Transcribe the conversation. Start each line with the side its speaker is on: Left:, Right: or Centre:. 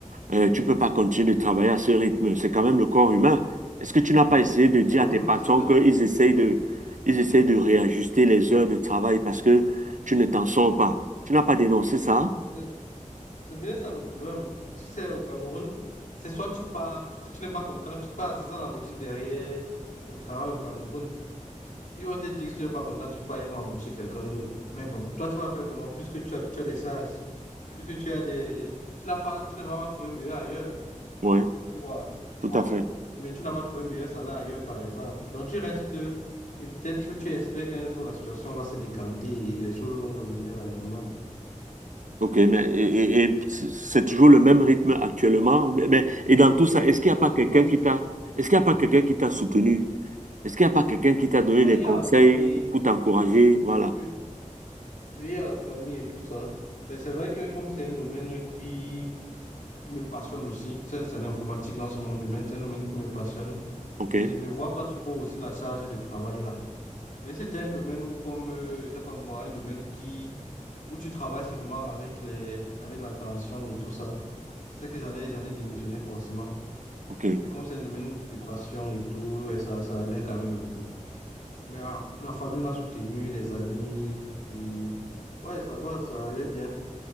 Right: euh, tu peux pas continuer de travailler à ce rythme? C'est quand même le corps humain. Est-ce que tu n'as pas essayé de
Left: C'est
Right: dire
Left: Quand
Right: à tes
Left: même,
Right: patrons
Left: le- c'est vrai.
Right: qu'ils essayent de, ils essayent de réajuster les heures de travail parce que tu ne t'en sors pas? Tu n'as pas dénoncé ça?
Left: C'est c'est bien ça le problème. Tu sais, au Cameroun, c'est soit tu pars, si tu n'es pas content, tu pars. C'est ça la logique derrière le travail au Cameroun. Ils vont te dire que si tu n'es pas content, tu pars, ils vont embaucher quelqu'un d'autre. Mais bon, toi, tu vas faire comment? Puisque tu as, tu as des charges, puisque tu as des. Tu n'as pas, tu ne vas pas trouver mieux ailleurs.
Right: Oui,
Left: Tu vois?
Right: tout à fait.
Left: mais tu n'as pas trouvé mieux salaire ailleurs, par exemple. Donc, tu restes et peut-être que tu espères qu'un jour, la situation va se décanter et les choses vont revenir à la normale.
Right: OK, mais et, et- et c'est c'est toujours le même rythme actuellement. Ou Mais, et dans tout ça, est-ce qu'il n'y
Left: Non,
Right: a pas quelqu'un
Left: non, c-
Right: qui t'a, est-ce qu'il y a pas quelqu'un qui t'a soutenu? Est-ce qu'il n'y a pas quelqu'un qui t'a donné
Left: ouais,
Right: des conseils
Left: il y a la famille,
Right: pour t'encourager? Voilà.
Left: oui, il y a la famille et tout ça. Mais c'est vrai que comme c'est un domaine qui, qui me passionne aussi, tu sais, c'est l'informatique dans ce mon domaine, c'est un domaine qui me passionne.
Right: OK,
Left: Et je ne vois pas trop aussi la charge de travail là. Mais c'était un domaine où, comme, euh, je sais pas moi, un domaine qui, où tu travailles seulement avec les, avec la tension et tout ça. C'est que j'allais, j'allais démissionner forcément.
Right: OK.
Left: Mais comme c'est un domaine de passion et tout, ouais, ça, ça allait quand même un peu. Mais ah, la famille m'a soutenu, les amis, et ouais, ça va, ça allait bien.